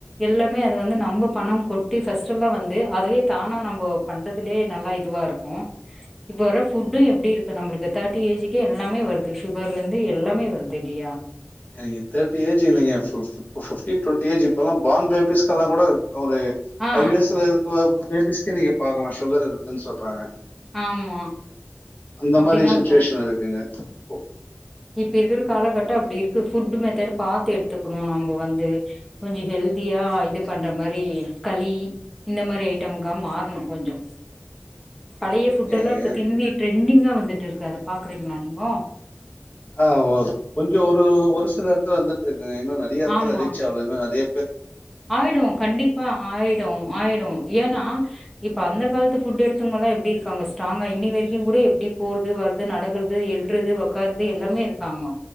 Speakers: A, in the centre; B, on the left (about 40°).
A: எல்லாமே அது வந்து நம்ப பணம் கொட்டி ஃபர்ஸ்ட்லாம் வந்து அதுவே தானா நம்போ பண்ற தலே நல்லா இதுவா இருக்கும் இப்ப வர ஃபுட்டும் எப்டி இருக்கு நம்மளுக்கு தேட்டி ஏஜிக்கே எல்லாமே வருது சுகர்ல இருந்து எல்லாமே வருது இல்லையா
B: எனக்கு தேட்டி ஏஜ் இல்லங்க பிப் ஒ பிப்டீ டுவெண்ட்டி ஏஜ் இப்பல்லாம் பார்ன் பேபிஸ்கெல்லாம் கூட ஒரு
A: ஆ
B: பஃவ் இயர்ஸ்ல இருக்க பேபிஸ்கு நீங்க பாக்கலாம் சுகர் இருக்குன்னு சொல்றாங்க
A: ஆமா
B: அந்த
A: அப்டிதா
B: மாரி சுச்சுவேஷன்
A: போ
B: இருக்குங்க இப்போ
A: இப்ப இருக்கற காலகட்டம் அப்டி இருக்கு ஃபுட்டு மெத்தட் பாத்து எடுத்துக்குணும் நம்போ வந்து கொஞ்சம் ஹெல்தியா இது பண்ற மாரி களி இந்த மாரி ஐட்டம்க்கா மாறணும் கொஞ்சம் பலய ஃபுட்
B: ஏங்க
A: எல்லாம் இப்ப
B: ஏன்?
A: திரும்பிட்டு ட்ரெண்டிங்கா வந்துட்டு இருக்கு அத பாக்கறீங்களா நீங்கோ
B: ஆஹ் ஒ கொஞ்சம் ஒரு ஒரு சி கிற எடத்த வந்துட்டு இருக்கு இவங்க இன்னும் நிறைய இடத்தை
A: ஆமா
B: ரீச் ஆகல இன்னும் அதே
A: ஆயிடும் கண்டிப்பா ஆயிடும் ஆயிடும் ஏன்னா இப்ப அந்த காலத்து ஃபுட் எடுத்தவங்க எல்லாம் எப்படி இருக்காங்க ஸ்ட்ராங்கா இன்னி வரைக்கும் கூட எப்படி போறது வருது நடக்கது எழுறது வக்காருது எல்லாமே இருக்காங்க